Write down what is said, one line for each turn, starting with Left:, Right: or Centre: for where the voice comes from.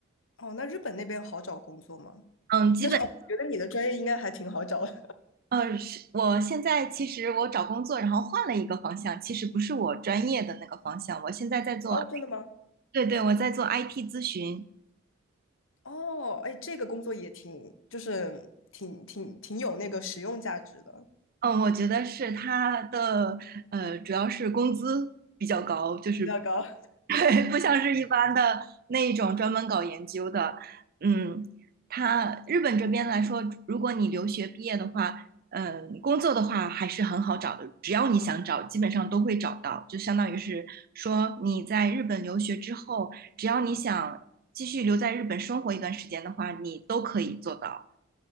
Left: 哦，那日本那边好找工作吗？
Right: 嗯，基本
Left: 但是哦，我觉得你的专业应该还挺好找的。
Right: 呃，是我现在其实我找工作，然后换了一个方向，其实不是我专业的那个方向，我现在在做，
Left: <laughs> 哦，真的吗？
Right: 对对，我在做 IT 咨询。
Left: 哦，哎，这个工作也挺，就是挺挺挺有那个实用价值的，
Right: 嗯，我觉得是它的，呃，主要是工资比较高，就是
Left: 比较高。
Right: <laughs> 对，不像是一般的那一种专门搞研究的。嗯，它日本这边来说，如果你留学毕业的话，嗯，工作的话还是很好找的，只要你想找，基本上都会找到。就相当于是说你在日本留学之后，只要你想继续留在日本生活一段时间的话，你都可以做到。